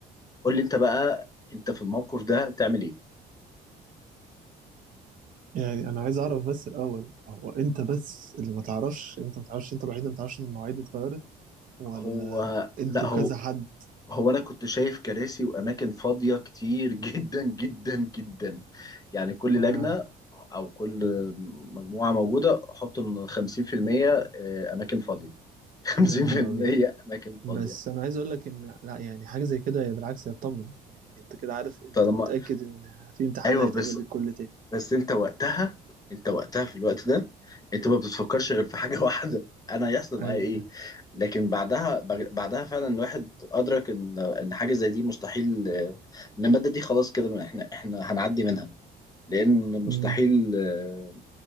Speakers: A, on the left; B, on the right.
A: قول لي انت بقى انت في الموقف ده تعمل ايه
B: يعني انا عايز اعرف بس الاول هو انت بس اللي ما تعرفش انت ما تعرفش انت الوحيد اللي ما تعرفش ان المواعيد اتغيرت ولا
A: هو
B: انتوا
A: لا هو
B: كذا حد
A: هو انا كنت شايف كراسي واماكن فاضيه كتير <laughs> جدا جدا جدا يعني كل
B: آه
A: لجنه او كل مجموعه موجوده حط ان 50% اماكن فاضيه <laughs> 50%
B: يا نهار ابيض
A: اماكن
B: بس
A: فاضيه
B: انا عايز اقول لك ان لا يعني حاجه زي كده بالعكس هتطمن يعني انت كده عارف انت
A: طالما
B: متاكد ان في امتحان
A: ايوه
B: هيتعمل
A: بس
B: للكل تاني
A: بس انت وقتها انت وقتها في الوقت ده انت ما بتفكرش غير في حاجه <laughs> واحده انا هيحصل
B: ايوه
A: معايا ايه لكن بعدها بع- بعدها فعلا الواحد ادرك ان ان حاجه زي دي مستحيل آه، ان الماده دي خلاص كده ما احنا احنا هنعدي منها لان مستحيل
B: أمم،
A: آه،